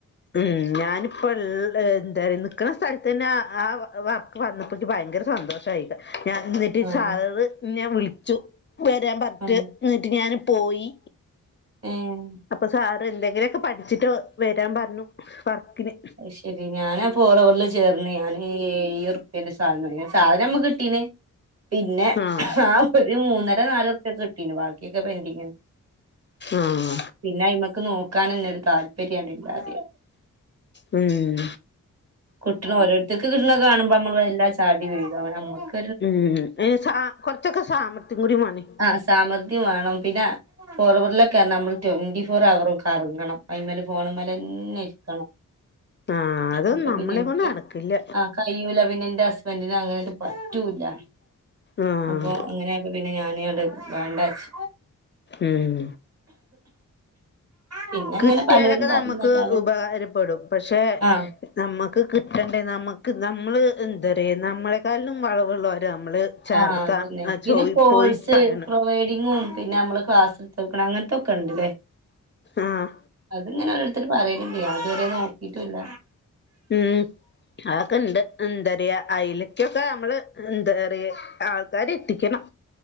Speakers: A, on the left; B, on the right.
A: ഉ ഞാനിപ്പള്ളെ എന്താറ നി ക്കണ സ്ഥൽത്തന്നെ ആ വർക്ക് വന്നപ്പോ ഇൻക് ഭയങ്കര സന്തോഷായി ഞാൻ ന്നിട്ട്
B: ആഹ്
A: സാററ് ഇന്നെ വിളിച്ചു വരാൻ പർഞ്ട്ട്
B: ആഹ്
A: ഇന്നിട്ട് ഞാന് പോയി
B: ഏഹ്
A: അപ്പൊ സാറ് എന്തെങ്കിലൊക്കെ പഠിച്ചിട്ട് വരാൻ പറഞ്ഞു വർക്കിന്
B: ശെരി ഞാനാ ഫോറവറിൽ ചേർന്ന് ഞാന് ഏയുറുപ്പെന്റെ സാധനം സാധനം നമ്മക്ക് കിട്ടീന് പിന്നെ
A: ആഹ്
B: ആ ഒരു മൂന്നര നാലുർപ്യക്കെ കിട്ടീന് ബാക്കിയൊക്കെ പെന്റിങ്ങെന്നെ
A: ആഹ്
B: പിന്നെ അയ്മ്മക്ക് നോക്കാനെന്നൊരു താല്പര്യണ്ട് ഇല്ലാതെയായി
A: ഉം
B: കിട്ട്ണ ഓരോരുത്തർക്ക് കിട്ടുന്ന കാണുമ്പോ നമ്മൾ എല്ലാ ചാടിവീഴ മ്മക്ക്
A: ഉം ഏ സാ കൊറച്ചൊക്കെ സാമർഥ്യം കൂടിമേണേ
B: ആഹ് സാമർഥ്യം വേണം പിന്ന ഫോർവറിലൊക്കെ നമ്മള് ട്വന്റി ഫോർ അവർ ക്കറങ്ങണം അയിമ്മല് ഫോണ്മ്മലെ ഇരിക്കണം
A: ആഹ് അതൊന്നും
B: അപ്പൊ
A: നമ്മളെ
B: പിന്നെ എനിക്ക്
A: കൊണ്ട് നടക്കില്ല
B: ആഹ് കയ്യൂല പിന്നെ എന്റെ ഹസ്ബൻറിന് അങ്ങനറ്റെ പറ്റൂല
A: ആഹ്
B: അപ്പൊ അങ്ങനെ പിന്നെ ഞാൻ പണിങ്ങട്ട് വേണ്ടാച്ച്
A: ഉം
B: പിന്നെ അങ്ങനെ
A: കിട്ട്യാലൊക്കെ
B: പലരും പറയുന്നല്ലാതെ
A: നമുക്ക് ഉപകാരപ്പെടും പക്ഷെ
B: ആഹ്
A: നമ്മക്ക് കിട്ടണ്ടേ നമ്മക്ക് നമ്മള് എന്തറിയ നമ്മളെക്കാട്ടിലും വളവുള്ളോര നമ്മള് ചേർത്താ
B: ആഹ് അതന്നെ പിന്നെ
A: ചോയി
B: കോഴ്സ്
A: പോയി പറയണ്
B: പ്രൊവൈഡിങ്ങും പിന്നെ നമ്മള് ക്ലാസ്ട്ത്തൊട്ക്കണെ അങ്ങൻത്തൊ ക്കണ്ട്ല്ലേ?
A: ആഹ്
B: അത്ങ്ങനെ ഓരോരുത്തര് പറയല്ണ്ട് ഞാ ഇതുവരെ നോക്കിട്ടുല്ല
A: ഉം അതൊക്കെണ്ട് എന്തറിയാ അയിലക്കോ നമ്മളെന്ത‌റിയ ആൾക്കാരെത്തിക്കണം